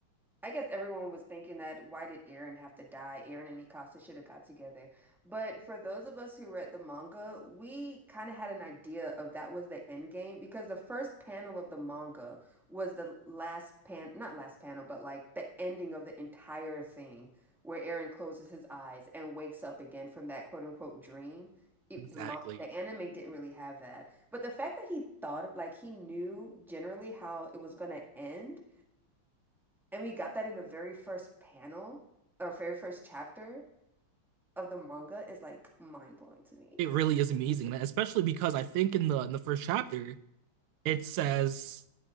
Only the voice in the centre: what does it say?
I guess everyone was thinking that why did Eren have to die? Eren and Mikasa should have got together. But for those of us who read the manga, we kind of had an idea of that was the end game because the first panel of the manga was the last pan, not last panel, but like the ending of the entire thing where Eren closes his eyes and wakes up again from that quote unquote dream. It,
the, mon- the anime didn't really have that. But the fact that he thought of, like, he knew generally how it was going to end and we got that in the very first panel or very first chapter of the manga is like mind blowing to me.